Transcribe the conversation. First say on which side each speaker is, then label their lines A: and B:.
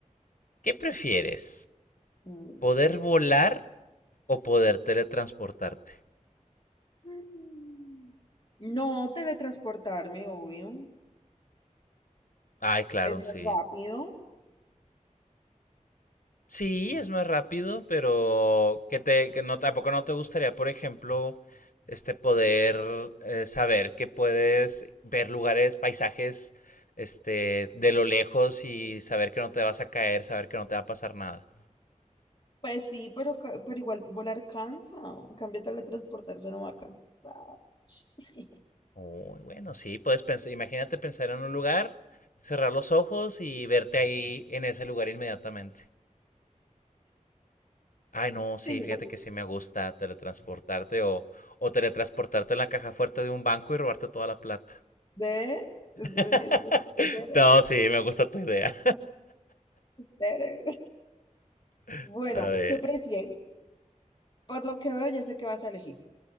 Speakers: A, on the left (about 85°); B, on the left (about 35°).
A: ¿Qué prefieres?
B: mm,
A: ¿Poder volar o poder teletransportarte?
B: mm, no teletransportarme, obvio.
A: Ay, claro,
B: Es
A: sí.
B: más rápido.
A: Sí, es más rápido, pero que te, que no, tampoco no te gustaría, por ejemplo, este poder eh, saber que puedes ver lugares, paisajes, este, de lo lejos y saber que no te vas a caer, saber que no te va a pasar nada.
B: Pues sí, pero, ca- pero igual volar cansa. En cambio, teletransportarse no va a cansar. Sí,
A: Uy, bueno, sí, puedes pensar, imagínate pensar en un lugar, cerrar los ojos y verte ahí en ese lugar inmediatamente. Ay, no, sí,
B: yo
A: fíjate
B: creo
A: que sí me gusta teletransportarte o, o teletransportarte en la caja fuerte de un banco y robarte toda la plata.
B: ve, es es-
A: <laughs>
B: es better,
A: No, sí, me gusta tu idea.
B: better.
A: <laughs>
B: Bueno,
A: A ver.
B: ¿qué prefieres? Por lo que veo, ya sé qué vas a elegir.